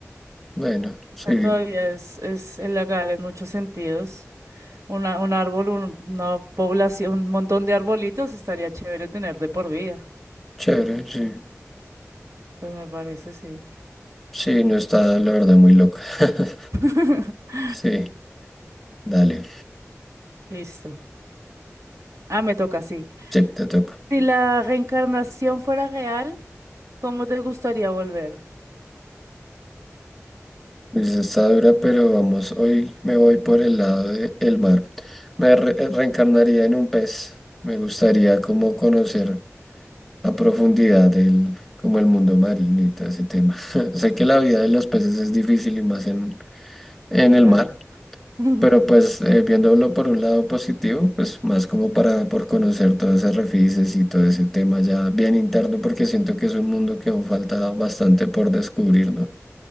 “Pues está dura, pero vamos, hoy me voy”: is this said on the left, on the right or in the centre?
Centre